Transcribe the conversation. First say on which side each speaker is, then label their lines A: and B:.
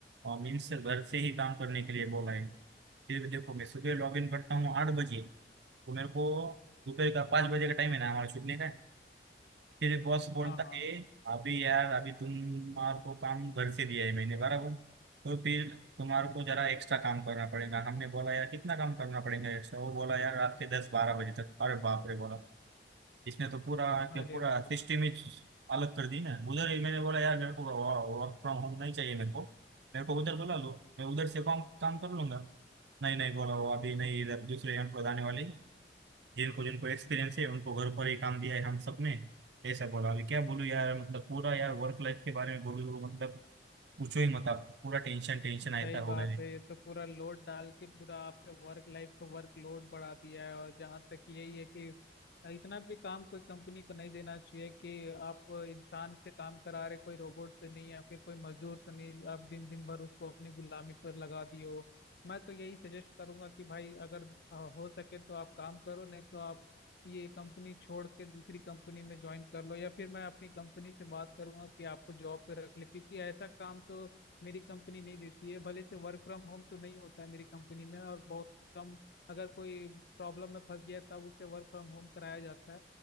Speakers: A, on the right; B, on the left.
A: और मीन्स घर से ही काम करने के लिए बोला है फिर भी देखो मैं सुबह लॉग इन करता हूँ आठ बजे तो मेरे को दोपहर का पाँच बजे का टाइम है ना हमारा छूटने का फिर बॉस बोलता
B: हाँ हाँ
A: है अभी यार अभी तुम्हारे को काम घर से दिया है मैंने बराबर तो फिर तुम्हारे को जरा एक्स्ट्रा काम करना पड़ेगा हमने बोला यार कितना काम करना पड़ेगा एक्स्ट्रा वो बोला यार रात के दस बारह बजे तक अरे बाप रे बोला इसने तो पूरा
B: अरे
A: के पूरा
B: बाप
A: सिस्टम ही अलग कर दी ना उधर ही मैंने बोला यार मेरे को वर्क फ्रॉम होम नहीं चाहिए मेरे को मेरे को उधर बुला लो मैं उधर से काम काम कर लूंगा नहीं नहीं बोला वो अभी नहीं इधर दूसरे एम्प्लॉय आने वाले हैं। जिनको जिनको एक्सपीरियंस है उनको घर पर ही काम दिया है हम सबने ऐसा बोला अभी क्या बोलूं यार मतलब पूरा यार वर्क लाइफ के बारे में बोलूं तो मतलब पूछो ही मत आप पूरा टेंशन टेंशन
B: सही
A: ऐसा
B: बात
A: हो गया
B: है ये तो पूरा लोड डाल के पूरा आपके वर्क लाइफ का वर्क लोड बढ़ा दिया है और जहाँ तक यही है कि इतना भी काम कोई कंपनी को नहीं देना चाहिए कि आप इंसान से काम करा रहे कोई रोबोट तो नहीं या फिर कोई मजदूर तो नहीं आप दिन दिन भर उसको अपनी गुलामी पर लगा दिए हो मैं तो यही सजेस्ट करूंगा कि भाई अगर अ, हो सके तो आप काम करो नहीं तो आप ये कंपनी छोड़ के दूसरी कंपनी में ज्वाइन कर लो या फिर मैं अपनी कंपनी से बात करूंगा कि आपको जॉब पे रख ले क्योंकि ऐसा काम तो मेरी कंपनी नहीं देती है भले से वर्क फ्रॉम होम तो नहीं होता है मेरी कंपनी में और बहुत कम अगर कोई प्रॉब्लम में फंस गया तब उससे वर्क फ्रॉम होम कराया जाता है